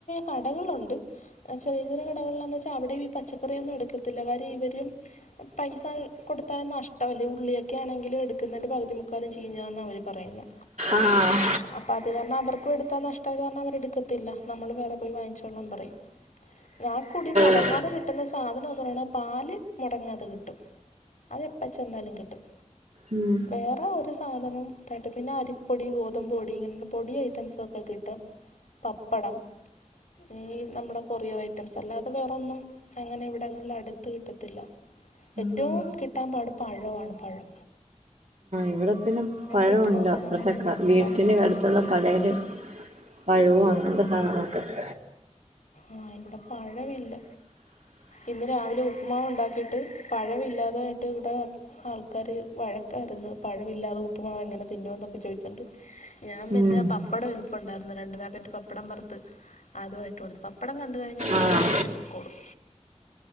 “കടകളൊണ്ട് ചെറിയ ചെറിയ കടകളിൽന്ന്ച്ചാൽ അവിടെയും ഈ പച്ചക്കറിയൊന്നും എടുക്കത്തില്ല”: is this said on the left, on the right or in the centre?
Left